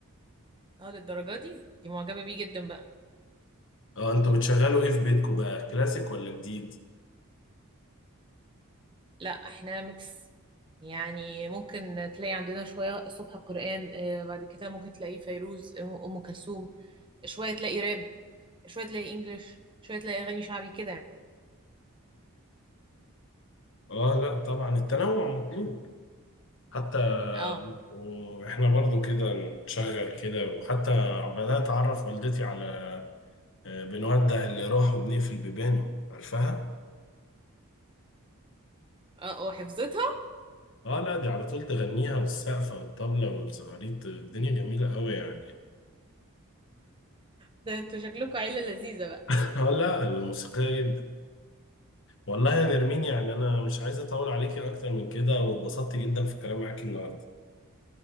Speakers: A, on the right; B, on the left.
A: اه للدرجة دي دي معجبة بيه جدا بقى
B: اه انتوا بتشغلوا ايه في بيتكم بقى كلاسيك ولا جديد
A: لا احنا ميكس يعني ممكن تلاقي عندنا شوية الصبح قرآن آه، بعد كده ممكن تلاقيه فيروز آه، أم كلثوم شوية تلاقي راب شوية تلاقي انجليش شوية تلاقي أغاني شعبي كده
B: اه لا طبعا التنوع مطلوب حتى
A: اه
B: واحنا برضو كده نشغل كده وحتى بدأت اعرف والدتي على آه، بنودع اللي راح وبنقفل بيبانه عارفاها
A: اه وحفظتها
B: اه لا دي على طول تغنيها والسقفة والطبلة والزغاريت الدنيا جميلة قوي يعني
A: ده انتوا شكلكم عيلة لذيذة بقى
B: <laughs> اه لا الموسيقية جدا والله يا نرمين يعني انا مش عايز اطول عليكي اكتر من كده واتبسطت جدا في الكلام معاكي النهارده